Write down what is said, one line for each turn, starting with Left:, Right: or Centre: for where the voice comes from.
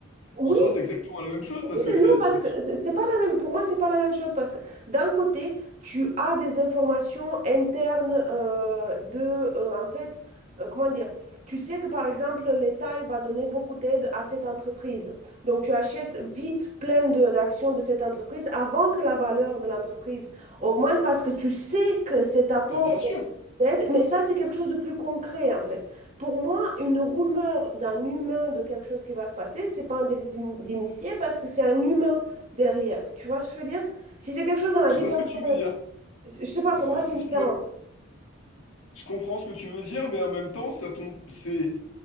Right: Oui,
Left: En soi, c'est exactement la même chose parce
Right: oui,
Left: que
Right: mais
Left: c'est...
Right: non, parce
Left: c'est
Right: que c'est pas la même, pour moi, c'est pas la même chose parce que d'un côté, tu as des informations internes euh, de, euh, en fait, euh, comment dire, tu sais que par exemple, l'État il va donner beaucoup d'aide à cette entreprise. Donc, tu achètes vite plein de- d'actions de cette entreprise avant que la valeur de l'entreprise augmente parce que tu sais que cet apport
Left: Mais bien sûr,
Right: d'aide, mais ça, c'est quelque chose de plus concret en fait. Pour moi, une rumeur d'un humain de quelque chose qui va se passer, c'est pas un délit d'ini- d'initié parce que c'est un humain derrière. Tu vois ce que je veux dire? Si c'est quelque chose dans la
Left: je
Right: vie,
Left: vois
Right: per-
Left: ce que tu veux dire.
Right: je sais pas,
Left: C'est
Right: pour moi,
Left: c'est
Right: c'est une différence.
Left: sûr. Je comprends ce que tu veux dire, mais en même temps, ça tombe... c'est